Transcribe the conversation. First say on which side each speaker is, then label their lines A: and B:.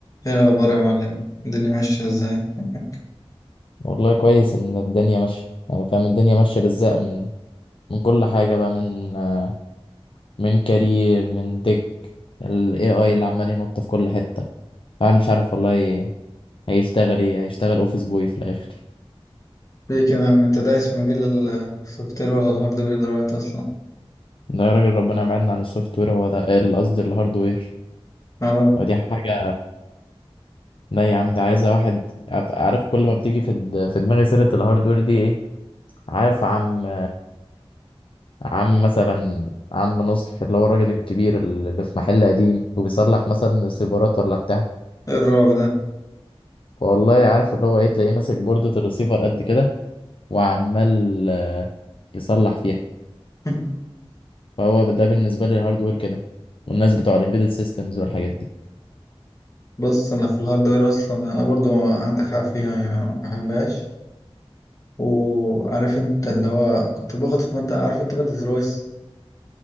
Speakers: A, on the left (about 35°); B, on the left (about 60°).
A: ايه الاخبار يا معلم الدنيا ماشيه ازاي معاك؟
B: والله كويس ان الدنيا ماشيه يعني فاهم الدنيا ماشيه بالزق من من كل حاجه بقى من آه، من كارير من تك ال AI اللي عمال ينط في كل حته الواحد مش عارف والله ي- هيشتغل ايه هيشتغل اوفيس بوي في الاخر
A: ليه كده يا عم انت دايس في مجال ال- السوفت وير ولا الهاردوير دلوقتي اصلا
B: ده يا راجل ربنا يبعدنا عن السوفت وير هو ده ال- قصدي الهارد وير
A: اه
B: ودي حاجه لا يا عم ده عايزه واحد عارف عارف كل ما بتيجي في د- في دماغي سيره الهارد وير دي ايه عارف عم عم مثلا عم نصح اللي هو الراجل الكبير اللي في محل قديم وبيصلح مثلا سيبرات ولا بتاع
A: ايه الرعب ده
B: والله عارف اللي هو ايه تلاقيه ماسك بوردة الريسيفر قد كده وعمال آه، يصلح فيها
A: <laughs>
B: فهو ده بالنسبة لي الهاردوير كده والناس بتوع الامبيدد سيستمز والحاجات دي
A: بص انا في الهاردوير اصلا انا برضو عندك حق فيها يا حباش وعارف انت اللي هو كنت باخد في ماده عارف انت ماده الرويس